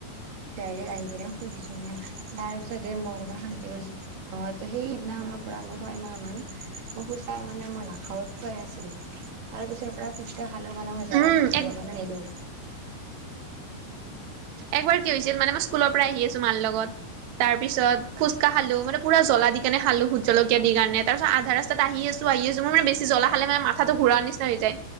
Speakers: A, on the right; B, on the right.
A: ডাইৰেক্ট আহি কিনে শুই দিছো মান তাৰ পিছতে মই অকণমান শান্তি গৈছো। অ হয় সেইদিনাখনৰ পৰা মই ছয় মাহ মান মই সোচা মানে মই নাখাৱত খোৱাই আছিলো তাৰ পিছৰপ পৰা পুচকা খালো মানে মই
B: উম
A: জলা দিব
B: এক
A: কাৰণে নিদো।
B: একবাৰ কি হৈছিল মানে মই স্কুলৰ পৰা আহি আছো মাৰ লগত। তাৰ পিছত ফুচকা খালো মানে পুৰা জ্বলা দি কেনে খালো ভোট জলকীয়া দি কেনে। তাৰপিছত আধা ৰাস্তাত আহি আছো আহি আছো মোৰ মানে জ্বলা খালে মাথাটো ঘূৰুৱা নিচিনা হৈ যায়।